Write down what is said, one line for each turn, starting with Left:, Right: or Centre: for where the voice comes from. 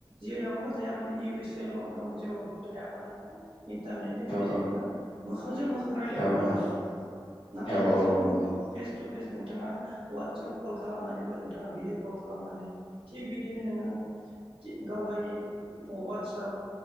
Right: जेरावनो थाया माने इउ एस ए, लण्डन जेवावबो थाया मानोे नोङो इन्टारनेटनि
Left: औ
Right: थ्रुयिजों नोङो मोखांजों मोखां रायलायहरनो
Left: औ
Right: हागोन आरो। नाथाय
Left: औ
Right: बिजों
Left: औ औ नंगौ
Right: फेस टु फेस नोंथाङा वाटसाप कल खालामनानैबो नोंथाङा भिडिअ कल खालामनानै थिग बिदिनो नोङो गावगायनि वाटसाप